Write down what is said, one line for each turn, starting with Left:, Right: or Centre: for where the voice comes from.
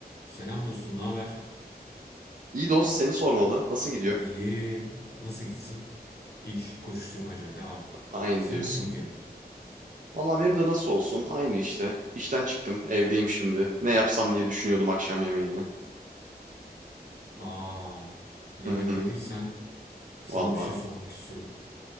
Left: Selam dostum, ne haber?
Right: İyi dost seni sormalı. Nasıl gidiyor?
Left: İyi. Nasıl gitsin? İş, koşuşturmaca, devam.
Right: Aynı
Left: Senin
Right: diyorsun.
Left: nasıl gidiyor?
Right: Valla benim de nasıl olsun? Aynı işte. İşten çıktım. Evdeyim şimdi. Ne yapsam diye düşünüyordum akşam yemeğine.
Left: Aa, yemek
Right: Hı hı.
Left: dediysen sana
Right: Valla.
Left: bir şey sormak istiyorum.